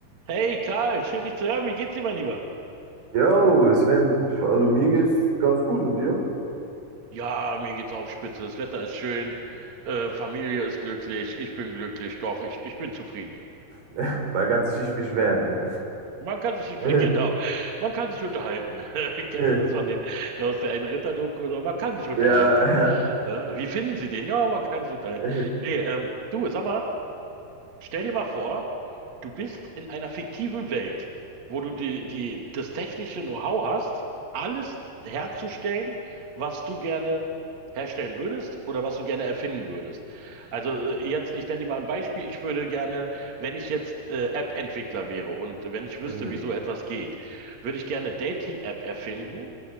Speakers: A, on the right; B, on the right.
A: Hey Karl, schön dich zu hören. Wie geht's dir, mein Lieber?
B: Yo, Sven, also mir geht's ganz gut und dir?
A: Ja, mir geht's auch spitze. Das Wetter ist schön, äh, Familie ist glücklich, ich bin glücklich, doch, ich, ich bin zufrieden.
B: <laughs> Man kann sich nicht beschweren,
A: Man kann sich,
B: ne?
A: <laughs> genau, man kann sich unterhalten. <laughs> Kennst
B: <laughs>
A: du das von den, aus der einen Ritter-Doku? So, Man kann sich unterhalten.
B: Ja, ja.
A: Ja, wie finden Sie den? Ja, man kann sich unterhalten.
B: <laughs>
A: Nee, ähm, du, sag mal, Stell dir mal vor, du bist in einer fiktiven Welt, wo du die, die, das technische Know-how hast, alles herzustellen, was du gerne herstellen würdest oder was du gerne erfinden würdest. Also äh, jetzt, ich nenne dir mal ein Beispiel. Ich würde gerne, wenn ich jetzt äh, App-Entwickler wäre und wenn ich wüsste,
B: Mhm,
A: wie so etwas geht, würde ich gerne eine Dating-App erfinden,